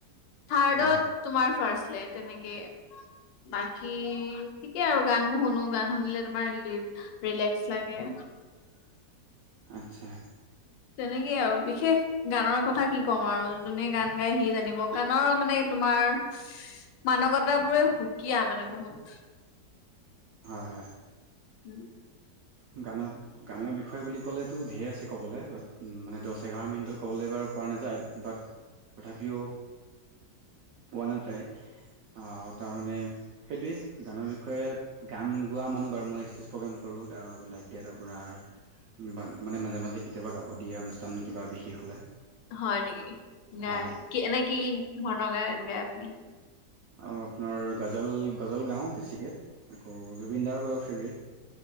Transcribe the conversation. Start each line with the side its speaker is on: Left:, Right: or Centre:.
Left: থাৰ্ডত
Right: হয়
Left: তোমাৰ ফাৰ্ষট লেত তেনেকে বাকী ঠিকেই আৰু গান বোৰ শুনো গান শুনিলে তোমাৰ লিৰ ৰিলেক্স লাগে
Right: <unintelligible> আচ্ছা
Left: তেনেকেই আৰু বিশেষ গানৰ কথা কি ক'ম আৰু যোনে গান গায় সি জানিব গানৰ মানে তোমাৰ মাদকতা বোৰে সুকীয়া মানে বহুত
Right: হয় হয়
Left: ওম
Right: গানত গানৰ বিষয়ে বুলি কলে টু ধেই আছে ক'বলৈ বাট মানে দহ এঘাৰ মিনিটত ক'বলৈ বাৰু পৰা নাযায় বাট তথাপিও পোৱা নাযায় আহ তাৰমানে সেইটোয়ে গানৰ বিষয়ে গান গোৱা মানুহ বাৰু মই ষ্টেজ প্ৰগ্ৰেম কৰো লাইক ডেট আপোনাৰ উম মানে মাজে মাজে কেতিয়াবা গাব দিয়ে অনুষ্ঠান কিবা বিশেষ হলে
Left: হয় নেকি গায়
Right: হয়
Left: কি এনে কি কি ধৰণৰ গান গায় আপুনি
Right: আৰু আপোনাৰ গজল গজল গাও বেছিকৈ আকৌ জুবিনদাৰ বাৰু ফেভৰেট